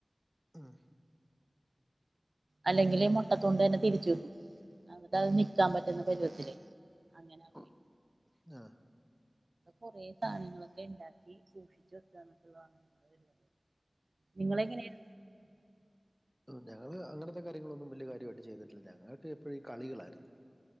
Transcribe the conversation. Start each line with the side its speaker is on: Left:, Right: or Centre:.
Centre: ആഹ്
Right: അല്ലെങ്കില് മുട്ടത്തൊണ്ട് തന്നെ തിരിച്ചു വെക്കും. അന്നിട്ടത് നിക്കാൻ പറ്റുന്ന പരിവത്തില് അങ്ങനെ ആക്കി
Centre: ആഹ്
Right: കുറെ സാധനങ്ങളൊക്കെ ഉണ്ടാക്കി സൂക്ഷിച്ച് വെക്കാ എന്നൊക്കള്ളതാണ് നമ്മ നിങ്ങളെങ്ങനെയാ
Centre: ഞങ്ങള് അങ്ങനത്തെ കാര്യങ്ങളൊന്നും വലിയ കാര്യവായിട്ട് ചെയ്തിട്ടില്ല. ഞങ്ങൾക്ക് എപ്പഴും ഈ കളികളായിരുന്നു